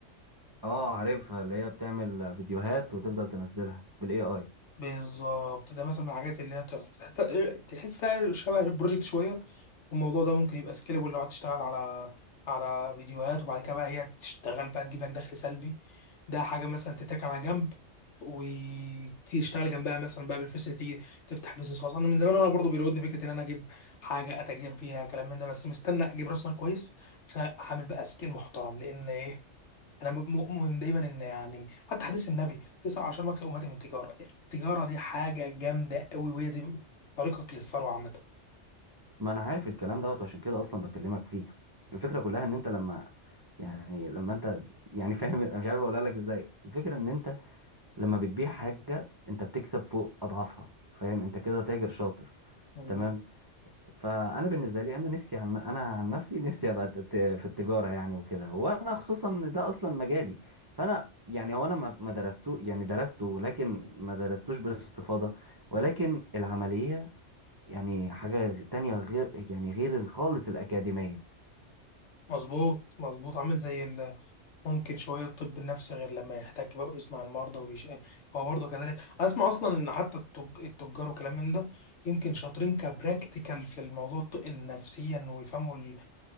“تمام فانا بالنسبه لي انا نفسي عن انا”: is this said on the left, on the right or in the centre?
Right